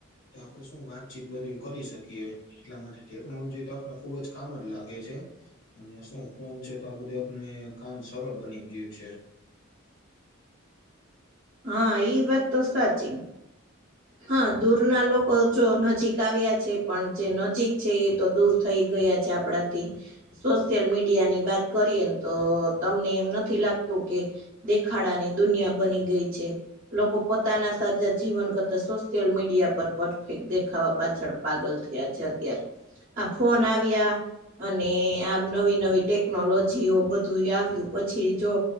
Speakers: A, on the left; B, on the right.
A: તો આપડણે શું વાતચીત બધું કરી શકીએ એટલા માટે ટેકનોલોજી તો આપને ખુબ જ કામ જ લાગે છે અને શું ફોન છે તો આ બધું આપને કામ સરળ બની ગયું છે
B: હા એ વાત તો સાચી હા દૂર ના લોકો જો નજીક આવ્યા છે પણ જે નજીક છે એ તો દૂર થઈ ગયા છે આપણાથી સોશિયલ મીડિયા ની વાત કરીએ ને તો તમને એમ નથી લાગતું કે દેખાડાની દુનિયા બની ગઈ છે લોકો પોતાના સાચા જીવન કર સોશિયલ મીડિયા પર પરફેક્ટ દેખાવા પાછળ પાગલ થયા છે અત્યારે આ ફોન આવ્યા. અને આ નવી નવી ટેકનોલોજીઓ બધું આવ્યું પછી જો